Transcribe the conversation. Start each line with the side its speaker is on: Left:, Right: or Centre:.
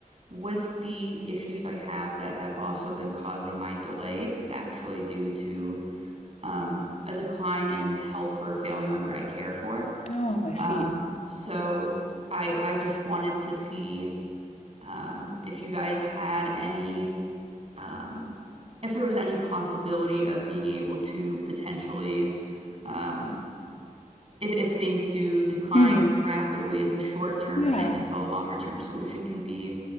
Right: with the issues I have that have also been causing my delays, it's actually due to um a decline in health for a family member I care for.
Left: Oh, I see.
Right: Um, so I I just wanted to see um, if you guys had any um, if there was any possibility of being able to potentially um, if, if things do decline
Left: Mm-hmm.
Right: rapidly is a short-term
Left: Yeah.
Right: thing until a longer-term solution can be